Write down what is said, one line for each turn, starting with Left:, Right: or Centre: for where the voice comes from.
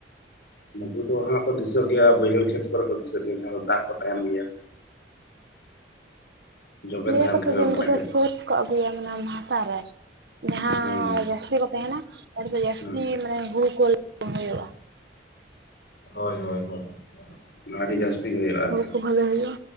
Left: ᱱᱩᱠᱩ ᱫᱚ ᱦᱟᱸᱷ ᱠᱚ ᱫᱤᱥᱟᱹᱜ ᱜᱮᱭᱟ, ᱵᱟᱹᱭᱦᱟᱹᱲ ᱠᱷᱮᱛ ᱠᱚᱨᱮ ᱠᱚ ᱫᱤᱥᱟᱹᱜ ᱜᱮᱭᱟ ᱢᱟᱦᱟᱸ ᱫᱚ ᱫᱟᱜ ᱠᱚ ᱛᱟᱦᱮᱱ ᱜᱮᱭᱟ᱾ ᱡᱚᱵᱮ
Right: ᱞᱟᱹᱭᱟ
Left: ᱛᱟᱦᱮᱱ
Right: ᱠᱚ
Left: ᱜᱮ
Right: ᱛᱚ ᱡᱮ
Left: ᱚᱱᱠᱟᱱᱟᱜ
Right: ᱩᱱᱠᱩ ᱫᱚ
Left: ᱠᱷᱮᱛ
Right: ᱯᱟᱹᱥ <unintelligible> ᱠᱚ ᱟᱹᱜᱩᱭᱟ ᱢᱟᱱᱮ ᱦᱟᱥᱟ ᱨᱮ ᱡᱟᱦᱟᱸ
Left: ᱦᱩᱸ ᱦᱩᱸ
Right: ᱡᱟᱹᱥᱛᱤ ᱠᱚ ᱛᱟᱦᱮᱸᱱᱟ ᱚᱸᱰᱮ ᱫᱚ ᱡᱟᱹᱥᱛᱤ
Left: ᱦᱩᱸ
Right: ᱢᱟᱱᱮ ᱦᱩᱲᱩ ᱠᱚ ᱦᱩᱭᱩᱜᱼᱟ
Left: ᱦᱳᱭ ᱦᱩᱭ ᱦᱳᱭ ᱱᱚᱣᱟ ᱜᱮ ᱡᱟᱹᱥᱛᱤ ᱦᱩᱭᱩᱜᱼᱟ ᱟᱨᱠᱤ
Right: ᱦᱩᱲᱩ ᱠᱚ ᱵᱷᱟᱞᱮ ᱦᱩᱭᱩᱜᱼᱟ